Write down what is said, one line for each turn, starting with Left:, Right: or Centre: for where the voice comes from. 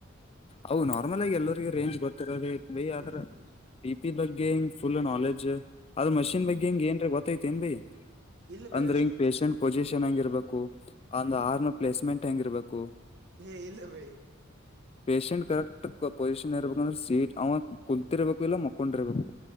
Left: ಅವು ನಾರ್ಮಲ್ ಆಗಿ ಎಲ್ಲರಿಗು ರೇಂಜ್ ಗೊತ್ತಿರೋದೆ ಬೈ
Right: ಹ್ಮ್
Left: ಆದ್ರ್ ಬಿ ಪಿ ಬಗ್ಗೆ ಹಿಂಗ್ ಫುಲ್ ನಾಲೆಜ್ ಅದ್ ಮಷಿನ್
Right: ಹ್ಮ್
Left: ಬಗ್ಗೆ ಹಿಂಗ ಏನ್ರೆ ಗೊತ್ತೈತ ಏನ್ ಬೈ
Right: ಇಲ್ಲ ಬೈ
Left: ಅಂದ್ರ
Right: ಅಷ್ಟ್
Left: ಹಿಂಗ್
Right: ಗೊತ್ತಿಲ್ಲ
Left: ಪೇಶಂಟ್ ಪೊಸಿಷನ್ ಹಂಗಿರ್ಬೇಕು ಅಂದ್ ಆರನ್ ರ್ಪ್ಲೇಸ್ಮೆಂಟ್ ಹಂಗಿರ್ಬೇಕು
Right: ಏ ಇಲ್ಲ ಬೈ
Left: <inaudible> ಪೇಶೆಂಟ್ ಕರೆಕ್ಟ್ ಪೊಸಿಷನ್ ಇರ್ಬೇಕಂದ್ರ ಸೀಟ್ ಅವ ಕುತ್ತಿರ್ಬೇಕು ಇಲ್ಲ ಮಕ್ಕೊಂಡಿರ್ಬೇಕು